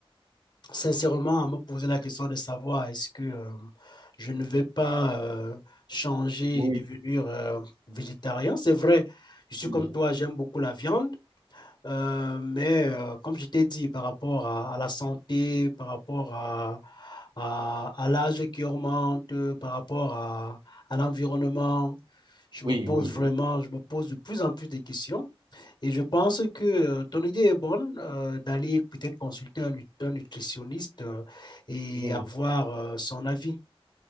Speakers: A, on the left; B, on the right.
A: sincèrement à me poser la question de savoir est-ce que euh, je ne vais pas euh, changer
B: Oui,
A: et devenir euh, végétarien. C'est vrai, je suis
B: oui,
A: comme toi, j'aime beaucoup la viande. Euh, mais euh, comme je t'ai dit, par rapport à, à la santé, par rapport à, à, à l'âge qui augmente, par rapport à, à l'environnement, je
B: oui,
A: me pose
B: oui,
A: vraiment,
B: oui.
A: je me pose de plus en plus de questions. Et je pense que euh, ton idée est bonne euh, d'aller peut-être consulter un, nu- un nutritionniste euh, et
B: Oui.
A: avoir euh, son avis.